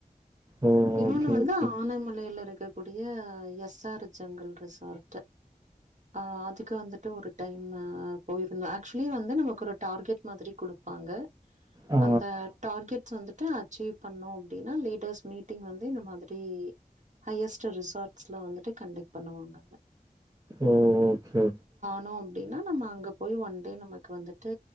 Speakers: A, on the right; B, on the right.
A: ஓ
B: இன்னொன்னு
A: ஓகே
B: வந்து
A: ஓகே
B: ஆனமலையில இருக் கக்கூடிய எஸ் ஆர் ஜங்கல் ரிசார்ட் அ அதுக்கு வந்து ட்டு ஒரு டைம்மு போயிருந்தோ ஆக்சுவலி வந்து நமக்கு ஒரு டார்கெட் மாதிரி கொடுப்பாங்க
A: ஆ
B: அந்த டார்கெட்ஸ் வந்துட்டு அச்சீவ் பண்ணு அப்டின்னா லீடர்ஸ் மீட்டிங் வந்து இந்த மாதிரி ஹையஸ்ட் ரிசார்ட்ஸ்ல வந்துட்டு கண்டக்ட் பண்ணுவாங்க அங்க
A: ஓ ஓகே
B: னோ அப்டின்னா நம்ம அங்க போய் ஒன் டே நமக்கு வந்துட்டு